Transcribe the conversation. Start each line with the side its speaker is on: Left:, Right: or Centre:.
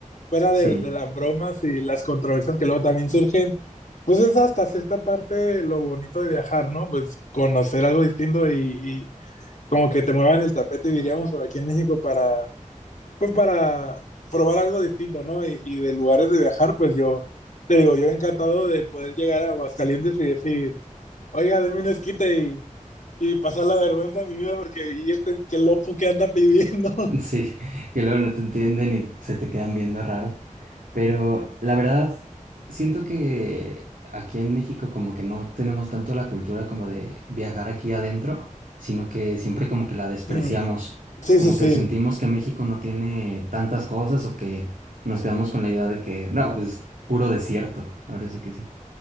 Left: Fuera
Right: Sí.
Left: de, de las bromas y las controversias que luego también surgen, pues es hasta cierta parte lo bonito de viajar, ¿no? Pues conocer algo distinto y, y como que te muevan el tapete, diríamos, por aquí en México para pues para probar algo distinto, ¿no? Y, y de lugares de viajar, pues yo, te digo, yo encantado de poder llegar a Aguascalientes y decir, oiga, deme un esquite y, y pasar la vergüenza de mi vida porque y este qué loco que anda pidiendo. <laughs>
Right: <laughs> Sí, que luego no te entienden y se te quedan viendo raro. Pero la verdad, siento que aquí en México como que no tenemos tanto la cultura como de viajar aquí adentro, sino que siempre como que la despreciamos,
Left: Mm, sí,
Right: como
Left: sí, sí.
Right: que sentimos que México no tiene tantas cosas o que nos quedamos con la idea de que, no, pues es puro desierto, ahora sí que sí,